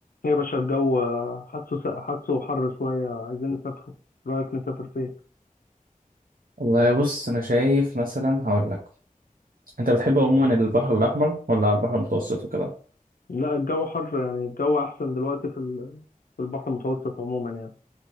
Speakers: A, on the left; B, on the right.
A: يا باشا الجو آه، حاسه حاسه حر شوية عايزين نسافره رأيك نسافر فين؟
B: والله بص انا شايف مثلا هقول لك انت بتحب عموما البحر الاحمر ولا على البحر المتوسط وكده
A: لا الجو حر يعني الجو أحسن دلوقتي في ال- في البحر المتوسط عموما يعني